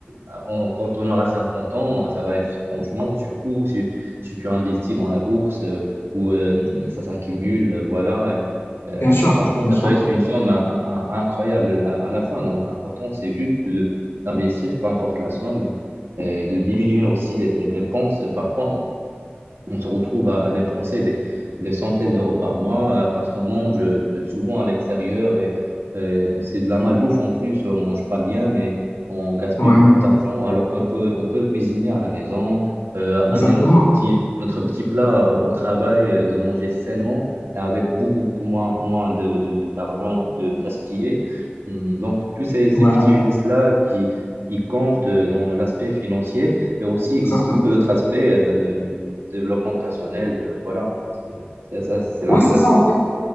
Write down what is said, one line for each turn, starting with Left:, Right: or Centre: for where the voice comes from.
Right: à- on- quand on aura 50 ans, ça va être franchement, surtout si, si tu investis dans la bourse euh, où euh, ça s'accumule, euh, voilà. euh,
Left: bien sûr,
Right: franchement,
Left: bien
Right: ça
Left: sûr.
Right: peut être une somme in- in- incroyable à, à la fin. Donc, l'important, c'est juste de- d'investir, peu importe la somme, et, et de diminuer aussi les, les dépenses. Parfois, on se retrouve à, à dépenser des, des centaines d'euros par mois euh, parce qu'on mange euh, souvent à l'extérieur et euh, c'est de la malbouffe en plus. On mange pas bien, mais on gaspille
Left: Ouais,
Right: beaucoup d'argent alors qu'on peut, on peut cuisiner à la maison, euh, ramener
Left: exactement.
Right: notre petit, notre petit plat au, au travail, euh, de manger sainement et avec beaucoup, beaucoup moins, moins de, de- de- d'argent de gaspillé. Hum, Donc, tous ces, ces
Left: Ouais,
Right: petits gestes-là qui, qui comptent euh, dans l'aspect financier mais aussi il
Left: exactement.
Right: existe beaucoup d'autres aspects euh, de, de- de- du développement personnel. euh, voilà, c'est c'est ça, c'est l'un
Left: Oui,
Right: des
Left: c'est
Right: aspects.
Left: ça, en fait.